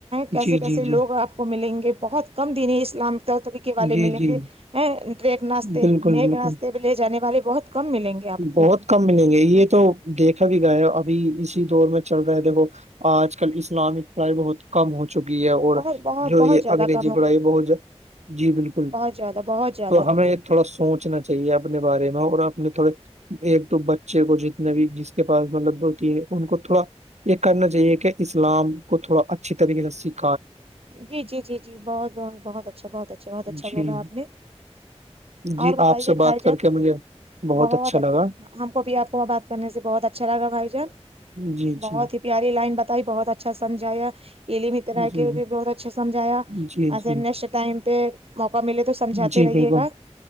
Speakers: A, on the right (about 60°); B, on the right (about 85°).
A: کیسے
B: جی
A: کیسے
B: جی
A: لوگ
B: جی
A: آپ کو ملیں گے بہت کم دن اسلام طریقے والے
B: جی
A: ملیں
B: جی
A: گے ا نیک ناستے
B: بالکل
A: نیک
B: بالکل
A: ناستے پہ لے جانے والے بہت کم ملیں گے آپ
B: بہت
A: کو
B: کم ملیں گے یہ تو دیکھا بھی گا ہے ابھی اسی دور میں چل رہے تھے وہ آج کل اسلامک پڑھائی بہت کم ہوتی چکی ہے اور
A: بہت بہت
B: جو
A: بہت
B: یہ
A: زیادہ
B: انگریزی
A: کم
B: پڑھائی بہت جی بالکل
A: ج زدہ بہت زیادہ
B: تو ہمیں تھوڑا سوچنا چاہیے اپنے بارے میں اور اپنے تھوڑے ایک دو بچے کو جتنے بھی جس کے پاس مطلب دو تین ان کو تھوڑا یہ کرنا چاہیے کہ اسلام کو تھوڑا اچھی طریقے سے سیکھ
A: جی جی جی جی بہت بہت بہت اچھا بہت اچھا بہت اچھا
B: جی
A: بولا آپ نے
B: جی
A: اور بتائیے
B: آپ سے بات
A: بر جن
B: کر کے مجھے
A: بہت
B: اچھا
A: اچ
B: لگا
A: ہم کو بھی آپ کو بات کرنے سے بہت اچھا لگا بھائی جان
B: جی جی
A: بہت ہی پیاری لائن بتائی بہت اچھا سمھایا علی مترا
B: جی
A: کے بھی بہت اچھ سمجھایا
B: جی جی
A: ایسے نیکسٹ ٹائم پہ موقع ملے تو سمجھاتے
B: جی
A: رہیے
B: بالکل
A: گا